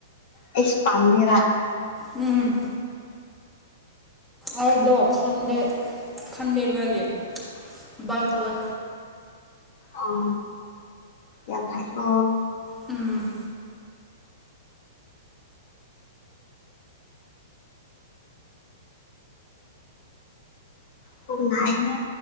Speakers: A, on the left; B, in the centre.
A: ꯑꯩꯁꯨ ꯄꯥꯝꯗꯦꯕ
B: ꯎꯝ ꯑꯩꯗꯣ ꯈꯟꯗꯦ ꯈꯟꯗꯦꯕꯒꯤ ꯕꯥꯏꯛ ꯇꯧꯋꯦ
A: ꯑꯣ ꯌꯥꯝ ꯍꯩꯀꯣ
B: ꯎꯝ
A: ꯄꯨꯛ ꯅꯥꯏ ꯍꯦ